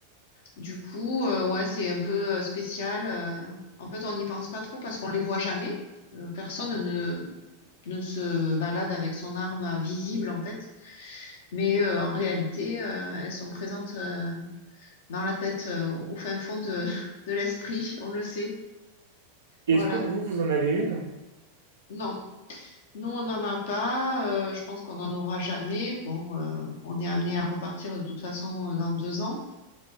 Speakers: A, on the left; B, on the right.
A: du coup, euh, ouais, c'est un peu euh, spécial. euh. en fait, on n'y pense pas trop parce qu'on les voit jamais. Euh, personne ne ne se balade avec son arme à visible en fait, mais euh, en réalité, euh, elles sont présentes euh, dans la tête, euh, au fin fond de <laughs> de l'esprit, on le sait.
B: Est-ce
A: Voilà.
B: que vous, vous en avez une?
A: Non. Nous, on n'en a pas. euh, je pense qu'on n'en aura jamais. Bon, euh, on est amené à repartir de toute façon euh, dans deux ans.